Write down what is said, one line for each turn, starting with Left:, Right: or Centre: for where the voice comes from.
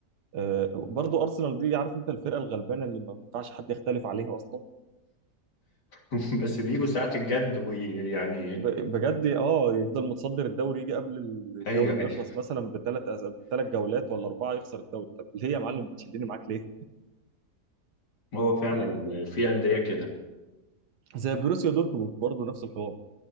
Right: أه برضه ارسنال دي عارف انت الفرقه الغلبانه اللي ما ينفعش حد يختلف عليها اصلا
Left: <laughs> بس بيجوا ساعة الجد ويعني
Right: ب- بجد اه يفضل متصدر الدوري يجي قبل الدوري
Left: ايوه
Right: ما
Left: ايوه
Right: يخلص مثلا بثلاث بثلاث جولات ولا اربعه يخسر الدوري طب ليه يا معلم بتشدني معاك ليه
Left: هو فعلا في أندية كده
Right: زي بروسيا دورتموند برضه نفس الحوار